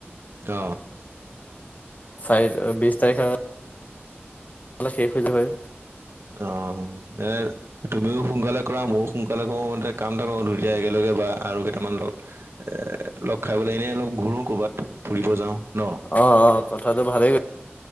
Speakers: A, on the right (about 70°); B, on the left (about 40°).
A: অ
B: চাৰিত অ বিছ তাৰিখে অলে শেষ হৈ যোৱাই
A: অ দে তুমিও সোনকালে কৰা মও সোনকালে কৰো মতে কাম এটা কৰো দুইটাই একেলগে বা আৰু কেইটামান ল- এ লগ খাই মেলি এনেই লগ ঘুৰো কবাত ফুৰিব যাওঁ ন
B: অ অ কথাটো ভালেই ক-